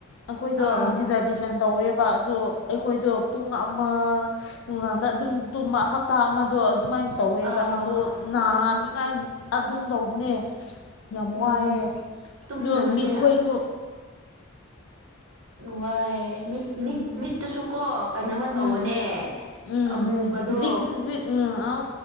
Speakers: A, on the left; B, on the right.
A: ꯑꯩꯈꯣꯏꯗꯣ
B: ꯑꯥ
A: ꯗꯤꯖꯔꯗꯦꯁꯟ ꯇꯧꯋꯦꯕ ꯑꯗꯣ ꯑꯩꯈꯣꯏꯗꯣ ꯄꯨꯡ ꯑꯃ ꯅꯨꯡꯗꯥꯡꯗ ꯑꯗꯨꯝ ꯗꯨꯝꯃ ꯍꯞꯇꯥ ꯑꯃꯗꯣ ꯑꯗꯨꯃꯥꯏ ꯇꯧꯋꯦꯕ
B: ꯑꯥ
A: ꯑꯗꯨꯗꯣ ꯅꯥꯅꯤꯡꯉꯥꯏ
B: ꯑꯥ
A: ꯑꯗꯨꯝ ꯇꯧꯕꯅꯦ ꯌꯥꯝ
B: ꯎꯝ
A: ꯋꯥꯏꯌꯦ
B: ꯇꯨꯝꯗꯕꯁꯦ
A: ꯗꯣ ꯃꯤꯠꯈꯣꯏꯖꯨ
B: ꯋꯥꯏꯌꯦ ꯃꯤꯠꯀꯤꯅꯤꯛ
A: ꯎꯝ
B: ꯃꯤꯠꯇꯨꯁꯨꯀꯣ ꯀꯩꯅꯣꯝꯃ ꯇꯧꯕꯅꯦ
A: ꯎꯝ ꯎꯝ
B: ꯑꯃꯨꯕꯗꯣ
A: ꯖꯤꯛ ꯖꯤꯛ ꯎꯝ ꯑꯥꯎ